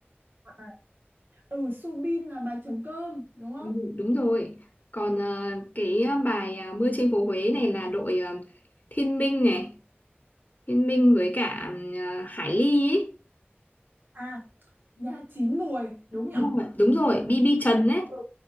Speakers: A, on the right; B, on the left.
A: À, à. ừ Subin là bài trống cơm đúng không
B: Ừ, đúng rồi. Còn ờ, cái ờ, bài ờ, Mưa trên phố Huế này là đội ờ, Thiên Minh này, Thiên Minh với cả ờ, Hải Ly ấy.
A: à nhà chín muồi đúng nhỉ
B: Đúng rồi, đúng rồi, BB Trần ấy.
A: ừ